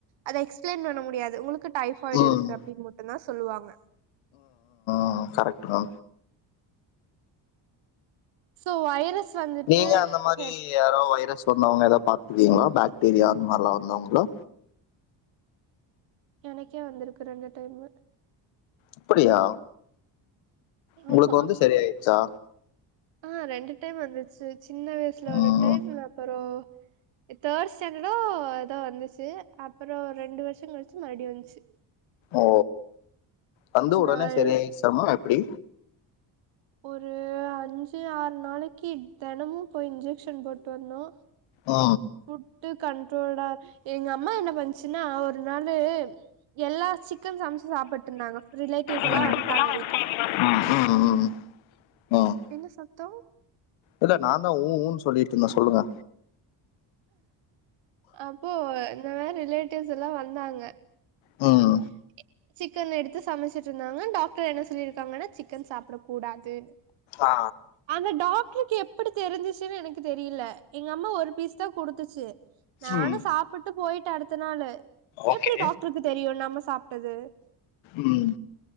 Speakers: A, on the right; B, on the left.
A: அத எக்ஸ்பிளை பண்ண முடியாது உங்களுக்கு டைஃபாய்டு
B: ம்
A: இருக்கு
B: ம்
A: அப்டின்னு மட்டு தா சொல்லுவாங்க
B: ஆ கரெக்ட்டு தா
A: சோ வைரஸ் வந்துட்டு
B: நீங்க அந்த மாரி
A: எப்
B: யாரோ வைரஸ் வந்தவங்க ஏதோ பாத்தருக்கீங்ளா பாக்டீரியா அந்த மாரிலா வந்தவங்களோ
A: எனக்கே வந்திருக்கு ரெண்டு டைமு
B: அப்டியா உங்களுக்கு
A: ஆமா
B: வந்து சரியாருச்சா
A: ஆ ரெண்டு டைம் வந்துச்சு சின்ன வயசுல
B: ம்
A: ஒரு டைம்ல அப்பறோ தேர்ட் ஸ்டாண்டடோ ஏதோ வந்துச்சு அப்றோ ரெண்டு வருஷோ கழிச்சு மறுபடியு வந்துச்சு
B: ஓ வந்து உடனே
A: நாள்
B: சரியாயிடுச்சாமா எப்டி
A: ஒரு அஞ்சு ஆறு நாளைக்கி தெனமு போய் இன்ஜெக்ஷன் போட்டு வந்தோ
B: ஆ
A: ஃபுட்டு கண்ட்ரோல்டா எங்க அம்மா என்ன பண்ச்சுன்னா ஒரு நாளு எல்லா சிக்கன் சமச்சு சாப்பட்டு இருந்தாங்க ரிலேட்டிவ்ஸ்
B: ம்
A: எல்லா வந்ட்டாங்க வீட்டுக்கு
B: ம் ம் ம் அ
A: என்ன சத்தோ
B: இல்ல நா தா உ உனு சொல்லிட்டு இருந்தே சொல்லுங்க
A: அப்போ இந்த மாரி ரிலேட்டிவ்ஸ் எல்லா வந்தாங்க
B: ம்
A: <unintelligible> சிக்கன் எடுத்து சமச்சிட்டு இருந்தாங்க டாக்டர் என்ன சொல்லிருக்காங்கன்னா சிக்கன் சாப்டக் கூடாது
B: ஆ
A: அந்த டாக்டருக்கு எப்டி தெரிஞ்சிச்சுன்னு எனக்கு தெரியில எங்க அம்மா ஒரு பீஸ் தா குடுத்துச்சு நானு
B: ம்
A: சாப்புட்டு போயிட்ட அடுத்த நாளு
B: ஓகே
A: எப்டி டாக்டருக்கு தெரியு நம்ம சாப்ட்டது
B: ம்